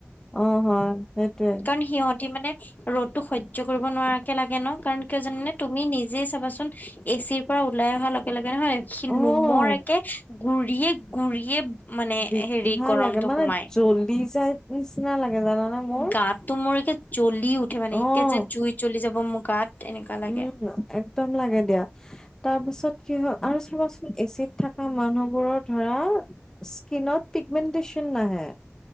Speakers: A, on the left (about 15°); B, on the left (about 45°).
A: অ হয়। সেইটোৱে
B: কাৰণ সিহঁতি মানে ৰ'দতো সৰ্য্য কৰিব নোৱাৰাকে লাগে ন। কাৰণ কিয় জানানে তুমি নিজেই চাবাচোন এচিৰ পৰা ওলাই অহা লগে লগে নহয়, সি
A: অ
B: নোমৰ
A: অ
B: একে গুৰিয়ে গুৰিয়ে মানে
A: বিগহা
B: হেৰি গৰমটো
A: লাগে, মানে
B: সোমাই
A: জ্বলি যাই নিচিনা লাগে জানানে! মোৰ
B: গাতটো মোৰ একে জ্বলি উঠে মানে,
A: অ',
B: এতিয়া যে জুই জ্বলি যাব মোৰ গাত! এনেকুৱা লাগে
A: উম একদম লাগে দিয়া তাৰপাছত কি হয় আৰু চাবাচোন এ চিত থাকা মানুহবোৰৰ ধৰা স্কিনত পিগমেণ্টেচন নাহে।